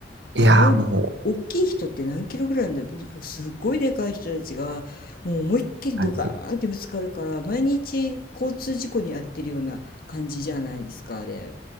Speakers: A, on the right; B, on the left.
A: いやーも
B: あの大きい人って何キロぐらいなんだろうとにかくすっごいでかい人たちがもう思いっきりドカーンってぶつかるから毎日交通事故に遭ってるような感じじゃないですかあれ。
A: う、はい